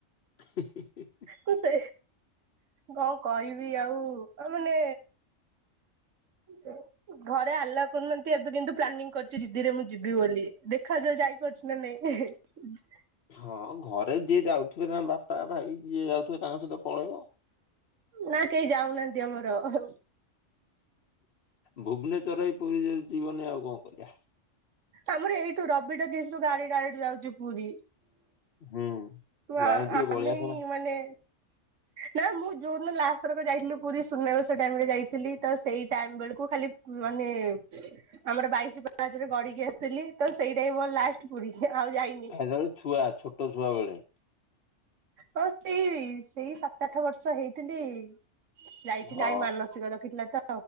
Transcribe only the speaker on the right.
କୁ ସେ କଣ କରିବି ଆଉ ଆଉ ମାନେ ହ <unintelligible> ଘରେ ଆଲାଉ କରୁନାହାନ୍ତି ଏବେ କିନ୍ତୁ ପ୍ଲାନିଂ କରିଛି ଦିଦିରେ ମୁଁ ଯିବି ବୋଲି ଦେଖା ଯାଉ ଯାଇପାରୁଛି ନା ନାଇଁ। ଠିକ <unintelligible>
ନା କେହି ଯାଉନାହାନ୍ତି ଆମର ଆଉ।
ଆମର ଏଇଠୁ ରବିଟକିଜ ରୁ ଗାଡି ଡାଇରେକ୍ଟ ଯାଉଛି ପୁରୀ।
ନାଁ
ଆମେହି
ମାନେ ନା ମୁଁ ଯୋଉ ଦିନ ଲାଷ୍ଟ ଥରକ ଯାଇଥିଲି ପୁରୀ ସୁନାବେଶ ଟାଇମ ରେ ଯାଇଥିଲି ତ ସେଇ ଟାଇମ ବେଳକୁ ଖାଲି ମାନେ ଆମର ବାଇଶି ପାଚରେ ଗଡିକି ଆ ଥିଲି ତ ସେଇଟାଇ ମୋର ଲାଷ୍ଟ ପୁରୀ ଆଉ ଯାଇ
ହଁ ସେଇ ସେଇ ସାତ ଆଠ ବର୍ଷ ହେଇଥିଲି ଯାଇଥିଲି
ଆଇ ମାନସିକ ରଖିଥିଲା ତ